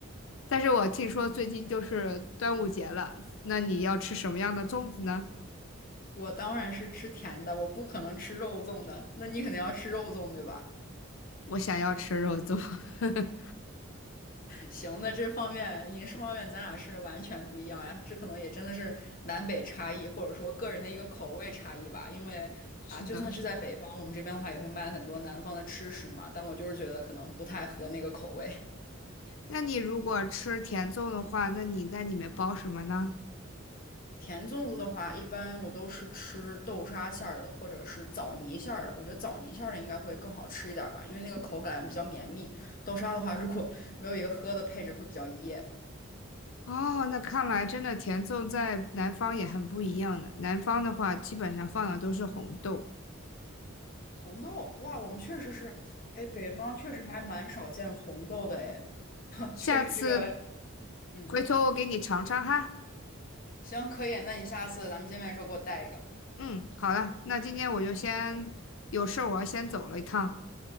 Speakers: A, on the left (about 65°); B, on the left (about 40°).
A: 但是我听说最近就是端午节了，那你要吃什么样的粽子呢？
B: 我当然是吃甜的，我不可能吃肉粽的。那你肯定要吃肉粽，对吧？
A: 我想要吃肉粽。<laughs>
B: 行，那这方面饮食方面，咱俩是完全不一样呀。这可能也真的是南北差异，或者说个人的一个口味差异吧。因为啊，
A: 是的，
B: 就算是在北方，我们这边的话也会卖很多南方的吃食嘛。但我就是觉得可能不太合那个口味。
A: 那你如果吃甜粽的话，那你在里面包什么呢？
B: 甜粽子的话，一般我都是吃豆沙馅儿的，或者是枣泥馅儿的。我觉得枣泥馅儿的应该会更好吃一点儿吧，因为那个口感比较绵密。豆沙的话，如果没有一个喝的配置，会比较噎。
A: 哦，那看来真的甜粽在南方也很不一样的。南方的话，基本上放的都是红豆。
B: 红豆，哇，我们确实是，哎，北方确实还蛮少见红豆的，哎，<laughs>
A: 下次
B: 确实这个，嗯，
A: 回头我给你尝尝哈。
B: 行，可以，那你下次咱们见面的时候给我带一个。
A: 嗯，好了，那今天我就先有事儿，我要先走了一趟。